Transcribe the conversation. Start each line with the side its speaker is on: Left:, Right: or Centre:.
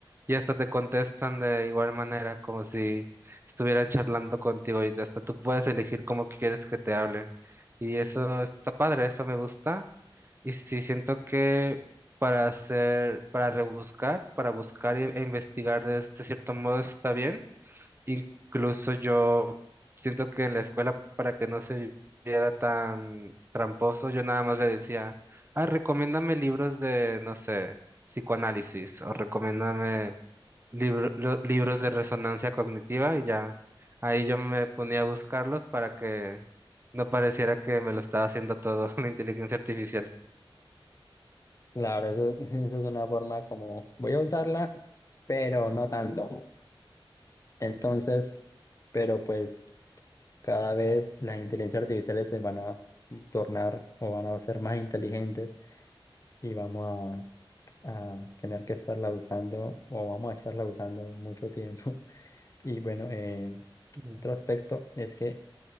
Right: y hasta te contestan de igual manera, como si estuvieran charlando contigo y hasta tú puedes elegir cómo quieres que te hablen. Y eso está padre, eso me gusta. Y sí, siento que para hacer, para rebuscar, para buscar e e investigar de este cierto modo está bien Incluso yo siento que en la escuela, para que no se viera tan tramposo, yo nada más le decía, ah, recomiéndame libros de, no sé, psicoanálisis o recomiéndame libro- lo- libros de resonancia cognitiva y ya. Ahí yo me ponía a buscarlos para que no pareciera que me lo estaba haciendo todo <laughs> la inteligencia artificial.
Left: Claro, eso, <laughs> eso es una forma como voy a usarla, pero no tanto. Entonces, pero pues. Cada vez las inteligencias artificiales se van a tornar o van a ser más inteligentes y vamos a, a tener que estarla usando o vamos a estarla usando mucho tiempo. <laughs> Y bueno, eh,
Right: Mm.
Left: otro aspecto es que